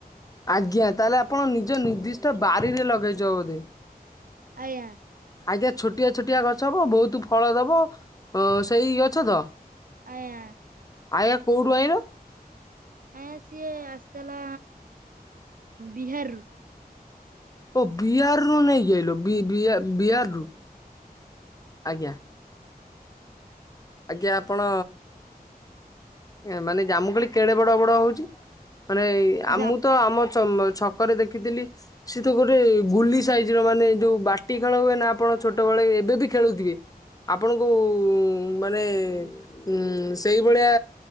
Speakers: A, on the left (about 25°); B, on the right (about 60°).
A: ଆଜ୍ଞା ତାହେଲେ ଆପଣ ନିଜ ନିର୍ଦ୍ଦିଷ୍ଟ ବାରିରେ ଲଗେଇଚ ବୋଧେ?
B: ଆଜ୍ଞା।
A: ଆଜ୍ଞା ଛୋଟିଆ ଛୋଟିଆ ଗଛ କଣ ବହୁତ ଫଳ ଦବ ସେଇ ଗଛ ତ?
B: ଆଜ୍ଞା
A: ଆଜ୍ଞା କୋଉଠୁ ଆଁଇଲ?
B: ଆଜ୍ଞା ସିଏ ଆସିଥିଲା ବିହାରରୁ।
A: ଓ ବିହାରରୁ ନେଇକି ଆଇଲ ବି ବି ବିହାରରୁ ଆଜ୍ଞା। ଆଜ୍ଞା ଆପଣ ଏ ମାନେ ଜାମୁକୋଳି କେଡ଼େ ବଡ଼ ବଡ଼ ହେଉଚି? ମାନେ ଆମୁକୁ
B: ଯା
A: ତ ଆମ ଚ ଛକରେ ଦେଖିଥିଲି ସେ ତ ଗୋଟ ଗୁଲି ସାଇଜ ର ମାନେ ଯୋଉ ବାଟି ଖେଳ ହୁଏ ନା ଆପଣ ଛୋଟବେେଳେ ଏବେ ବି ଖେଳୁଥିବେ ଆପଣଙ୍କୁ ମାନେ ଉଁ ସେଇଭଳିଆ